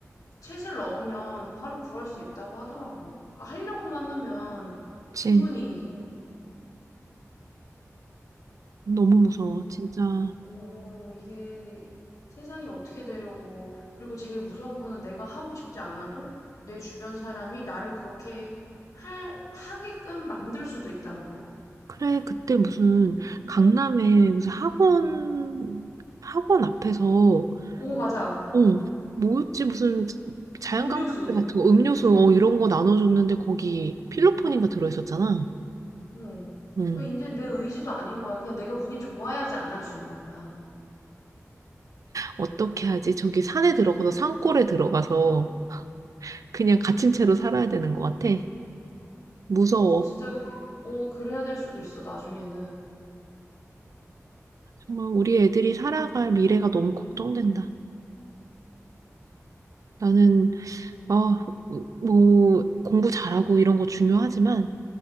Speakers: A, on the left; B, on the right.
A: 챗을 넣으면 바로 구할 수 있다고 하더라고. 그러니까 하려고만 하면
B: 맞지.
A: 충분히
B: 너무 무서워, 진짜. 어.
A: 오.. 이게 세상이 어떻게 되려고, 그리고 제일 무서운 거는 내가 하고 싶지 않아도 내 주변 사람이 나를 그렇게 하, 하게끔 만들 수도 있다는 거.
B: 그래, 그때 무슨 강남에 무슨 학원, 학원 앞에서,
A: 오, 맞아.
B: 어, 뭐였지? 무슨 자연강사제
A: 음료수.
B: 같은 거, 음료수, 어, 이런 거 나눠줬는데 거기 필로폰인가 들어있었잖아.
A: 응
B: 응.
A: 그러니까 이제 내 의지도 아닌 거야. 그냥 내가 운이 좋아야지 안 할 수 있는 거야.
B: 어떻게 하지? 저기 산에 들어가서, 산골에 들어가서 그냥 갇힌 채로 살아야 되는 것 같아. 무서워.
A: 어, 진짜, 어, 그래야 될 수도 있어, 나중에는.
B: 정말 우리 애들이 살아갈 미래가 너무 걱정된다. 나는, 아, 뭐, 공부 잘하고 이런 거 중요하지만,